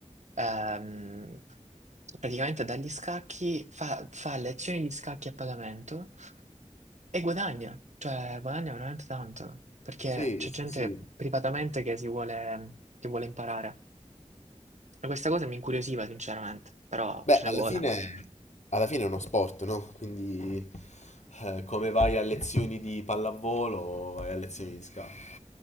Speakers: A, on the right (about 70°); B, on the left (about 70°).
A: ehm, praticamente dagli scacchi fa, fa lezioni di scacchi a pagamento e guadagna, cioè guadagna veramente tanto, perché
B: Sì,
A: c'è
B: sì,
A: gente
B: sì. sì.
A: privatamente che si vuole, che vuole imparare. E Questa cosa mi incuriosiva sinceramente, però
B: Beh,
A: ce
B: alla
A: ne vuole
B: fine,
A: ancora.
B: alla fine è uno sport, no? Quindi, eh, come vai a lezioni di pallavolo, vai a lezioni di scacchi.